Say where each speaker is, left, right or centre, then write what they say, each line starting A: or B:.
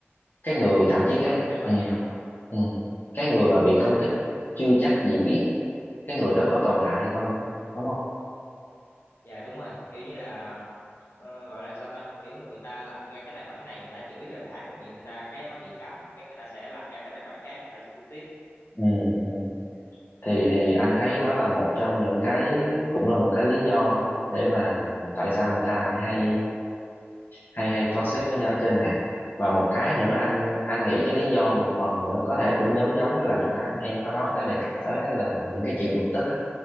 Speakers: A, on the left; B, on the left.
A: cái người thậm
B: dạ
A: chí
B: đúng
A: cái
B: rồi tài khoản
A: ừ,
B: ảo
A: ừ, cái người mà bị công kích chưa chắc gì biết cái người đó có tồn tại hay không đó đúng không
B: dạ đúng rồi kiểu như là ờ, gọi là sao ta kiểu người ta lập ra cái tài khoản này người ta chửi cho đã cái miệng người ta cái nó bị cấm cái người ta sẽ lập ra cái tài khoản khác người ta chửi tiếp
A: ừ, ừ. thì thì anh thấy đó là một trong những cái cũng là một cái lý do để mà tại sao người ta lại hay hay hay toxic với nhau ở trên mạng và một cái nữa anh anh nghĩ cái lý do một phần nữa có thể cũng giống giống với là lúc nãy mà em có nói tới đề cập tới á là những cái chuyện bực tức á